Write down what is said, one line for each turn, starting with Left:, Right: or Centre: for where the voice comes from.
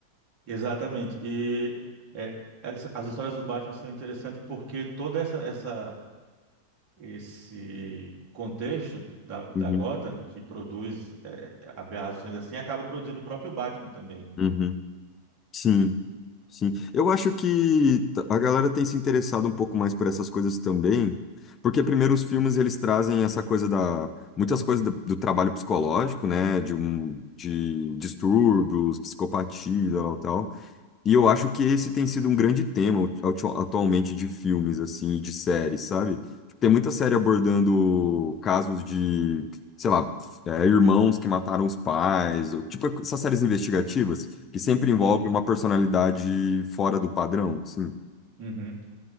Right: exatamente. E é, as, as histórias dos Batman são interessantes porque toda essa, essa esse contexto da, da
Left: Uhum,
Right: Gotham que produz é, aberrações assim acaba produzindo o próprio Batman também.
Left: uhum. Sim, sim. Eu acho que t- a galera tem se interessado um pouco mais por essas coisas também, porque primeiro os filmes eles trazem essa coisa da muitas coisas do, do trabalho psicológico, né, de um de distúrbios, psicopatia, tal, tal. E eu acho que esse tem sido um grande tema atu- atualmente de filmes, assim, e de séries, sabe? Tipo, Tem muita série abordando casos de, sei lá, é, irmãos que mataram os pais, ou, tipo essas séries investigativas, que sempre envolve
Right: Sim.
Left: uma personalidade fora do padrão, sim.
Right: Uhum.